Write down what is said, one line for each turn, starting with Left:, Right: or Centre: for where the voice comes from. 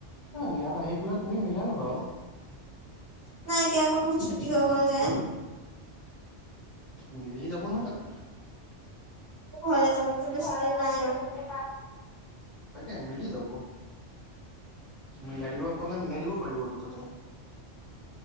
Left: অহ, ইয়াত আহি পেলাই তুমি মিলাই লবা আও।
Right: নাই এতিয়া আকৌ বহুত ছুটি হৈ গল যে।
Left: মিলি যাব নহয় তাতে।
Right: মোৰ ঘলে যাবটো বেছি
Left: ঘৰলে
Right: টাইম
Left: যাবতকৈ
Right: নাই
Left: বেছিকে
Right: আৱ।
Left: তাকে মিলি যাব। মিলাই দিব ক'লে মিলাই দিব পাৰিব তো তাতে।